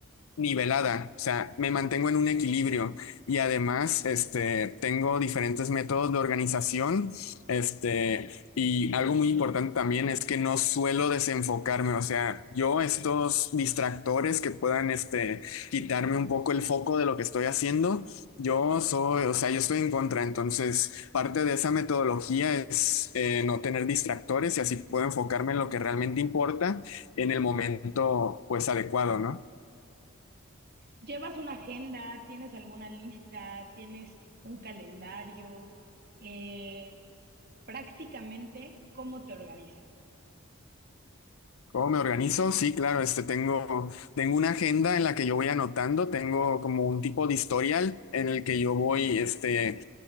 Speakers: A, on the left; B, on the right.
A: nivelada, o sea, me mantengo en un equilibrio y además, este, tengo diferentes métodos de organización, este, y algo muy importante también es que no suelo desenfocarme, o sea, yo estos distractores que puedan, este, quitarme un poco el foco de lo que estoy haciendo, yo soy, o sea, yo estoy en contra, entonces parte de esa metodología es eh, no tener distractores y así puedo enfocarme en lo que realmente importa en el momento, pues, adecuado, ¿no?
B: ¿Llevas una agenda? ¿Tienes alguna lista? ¿Tienes un calendario? Eh, prácticamente, ¿cómo te organizas?
A: ¿Cómo me organizo? Sí, claro, este tengo, tengo una agenda en la que yo voy anotando, tengo como un tipo de historial en el que yo voy, este,